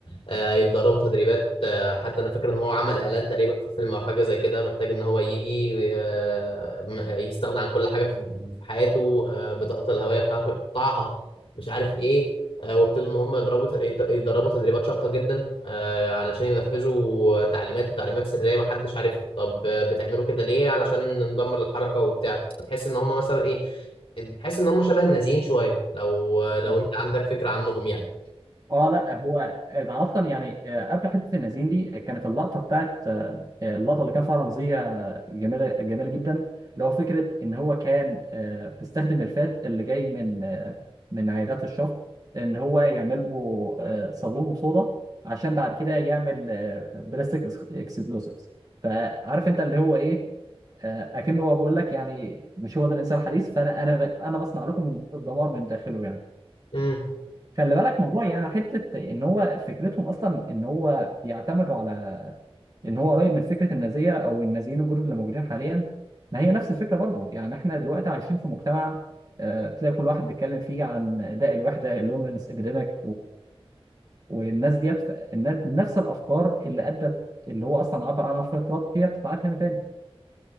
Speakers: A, on the left; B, on the right.
A: آه، يتدربوا تدريبات آه، حتى انا فاكر ان هو عمل اعلان تقريبا في فيلم او حاجه زي كده محتاج ان هو يجي آه، م- آه، يستغنى عن كل حاجه في في حياته آه، بطاقه الهويه بتاعته يقطعها مش عارف ايه آه، وابتدوا ان هم يضربوا ت- يت- يتدربوا تدريبات شاقه جدا آه، علشان ينفذوا تعليمات وتعليمات سريه ما حدش عارفها طب آه، بتعملوا كده ليه علشان ندمر الحركه وبتاع تحس ان هم مثلا ايه تحس ان هم شبه النازيين شويه لو لو
B: بالظبط
A: انت عندك فكره عنهم يعني
B: اه لا هو ده اصلا يعني آه، قبل حته النازين دي كانت اللقطه بتاعت آه، اللقطه اللي كان فيها رمزيه جميله جميله جدا اللي هو فكره ان هو كان آه، بيستخدم الفات اللي جاي من آه، من عيادات الشفط ان هو يعمل له آه، صابون وصودا عشان بعد كده يعمل آه، بلاستيك اكسبلوسيفز فعارف انت اللي هو ايه آه، اكنه هو بيقول لك يعني مش هو ده الانسان الحديث فانا انا انا بصنع لكم الدمار من داخله يعني
A: امم
B: خلي بالك موضوع يعني حته ان هو فكرتهم اصلا ان هو بيعتمدوا على ان هو قريب من فكره النازيه او النازيين الجدد اللي موجودين حاليا ما هي نفس الفكره برضو يعني احنا دلوقتي عايشين في مجتمع آه، تلاقي كل واحد بيتكلم فيه عن داء الوحده اللومينس ابيديميك والناس ديت ف- النا- نفس الافكار اللي ادت اللي هو اصلا عبر عنها فريد كلارك هي بتتعاد هنا تاني